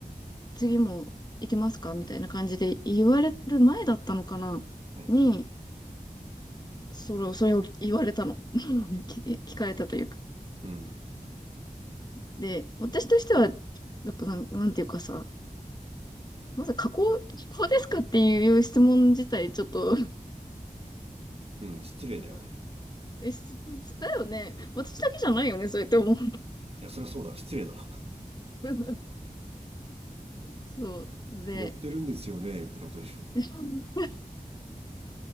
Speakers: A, on the left (about 30°); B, on the right (about 45°).
A: 次も行きますかみたいな感じで言われる前だったのかなに、
B: はいはい
A: それを、それを言われたの。<laughs> 聞聞かれたというか。
B: うん
A: で、私としては、やっぱなん、なんていうかさ、まず加工、加工ですかっていう質問自体、ちょっと、
B: うんうん失礼だよね
A: なんか、え、すだよね。私だけじゃないよね、そうやって思う。
B: いやそりゃそうだろ失礼だろ
A: <laughs> そう。で、
B: <laughs> 持ってるんですよねみたいなことでしょ
A: で <laughs>